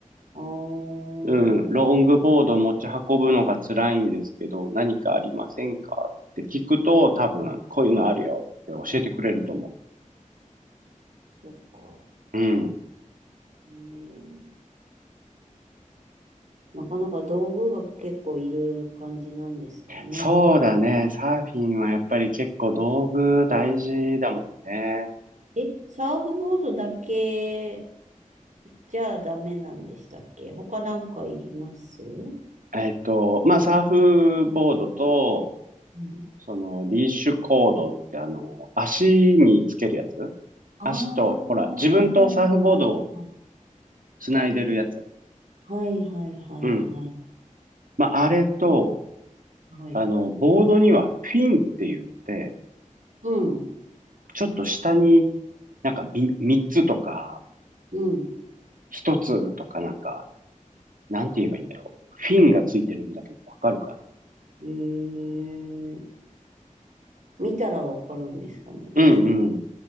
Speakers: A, on the right (about 65°); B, on the right (about 85°).
A: あー、
B: うん。ロングボード持ち運ぶのが辛いんですけど、何かありませんかって聞くと、多分、こういうのあるよって教えてくれると思
A: そっか。
B: う。うん。
A: えー、なかなか道具が結構いる感じなんですかね。
B: そうだね。サーフィンはやっぱり結構道具大事だもんね。
A: え、サーフボードだけじゃあダメなんでしたっけ他なんかいりますは
B: えっと、まあ、サーフボードと、
A: い
B: その、リーシュコードってあの、足につけるやつ
A: ああー、
B: 足と、ほら、自分とサーフボードを
A: はい、はい、
B: つないでるやつ。
A: はい、はい、はい、
B: うん。
A: はい、はい
B: まあ、あれと、
A: はい。
B: あの、ボードにはフィンって言って、
A: うん、
B: ちょっと下になんかみ三つとか、
A: うん。
B: 一つとかなんか、なんて言えばいいんだろう。フィンがついてるんだけど、わかるか
A: えー、見たらわかるんですかね。
B: なうんうん。